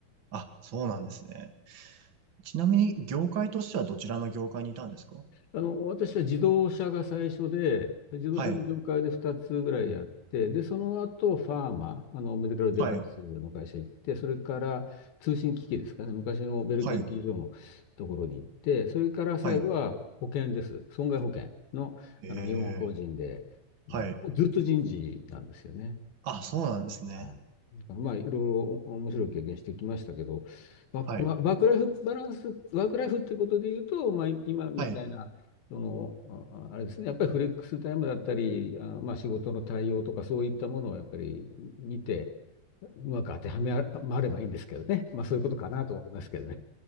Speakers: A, on the right (about 35°); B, on the left (about 80°).
A: あ、そうなんですね。ちなみに、業界としてはどちらの業界にいたんですか
B: あの、私は自動車が最初で、自動車の業界で2つぐらいやって、
A: はい、
B: で、その後、ファーマ、あの、メディカルデバイスの会社行って、
A: はい、
B: それから通信機器ですかね、昔のベル研究所のところに行って、
A: はい、
B: それから最後は保険です。
A: はい。
B: 損害保険の、
A: えー、
B: あの、日本法人で、
A: はい。
B: うんもうずっと人事なんですよね。
A: あ、そうなんですね。
B: はいだからまあ、いろいろ面白い経験してきましたけど、まあ、
A: はい、
B: まあワークライフバランス、ワークライフっていうことで言うと、まあ、い今みたいな、
A: はい、
B: その、あああれですね、やっぱりフレックスタイムだったり、あ、まあ、仕事の対応とかそういったものをやっぱり見て、うまく当てはめまればいいんですけどね。まあ、そういうことかなと思いますけどね。